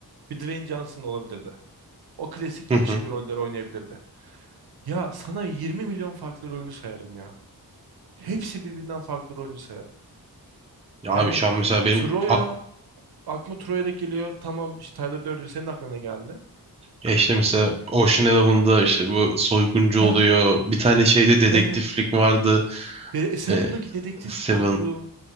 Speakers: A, on the right; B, on the right.
A: bir Dwayne Johnson olabilirdi. O klasik
B: Hı
A: yakışıklı
B: hı.
A: rolleri oynayabilirdi. Ya sana 20 milyon farklı rolünü sayarım ya. Hepsi birbirinden farklı rolünü sayarım.
B: Ya abi
A: Yani
B: şu an mesela benim
A: Troya
B: ak
A: Aklıma Troy'da geliyor. Tamam işte Tyler Durden senin aklına ne geldi?
B: ya işte mesela Ocean Eleven'da işte bu soyguncu
A: Ha
B: oluyor. Bir tane şeyde dedektiflik
A: evet.
B: vardı.
A: De e, Seven'daki
B: Eee,
A: dedektif
B: Seven.
A: oyunculuğu